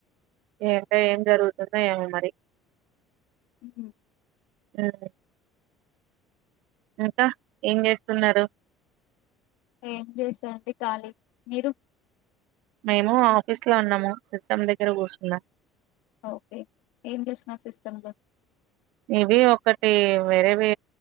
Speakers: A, on the right; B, on the left.
A: ఏ ఎం కా జరుగుతుందో ఎమో మరి
B: ఉమ్
A: ఉమ్ ఇంకా ఏం చేస్తున్నారు
B: ఏం చేస్తండి ఖాళీ మీరు
A: మేము ఆఫీస్ లో ఉన్నాము సిస్టమ్ దగ్గర కూర్చున్నాం
B: ఓకే ఏం చేస్తున్నారు సిస్టమ్ లో
A: ఇవి ఒకటి వేరేవి